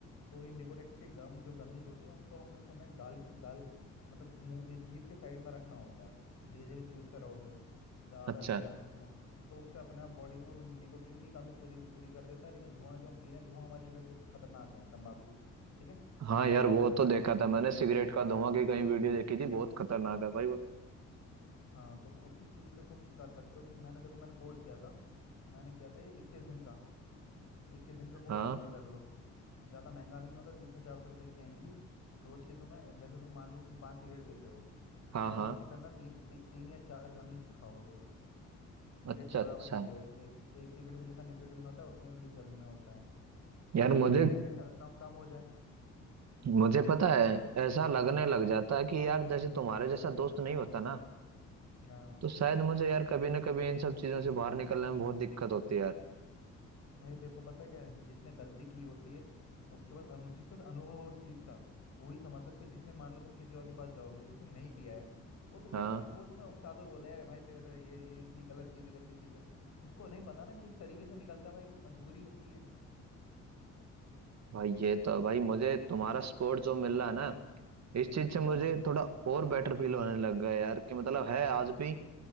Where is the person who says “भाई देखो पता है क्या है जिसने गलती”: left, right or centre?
Left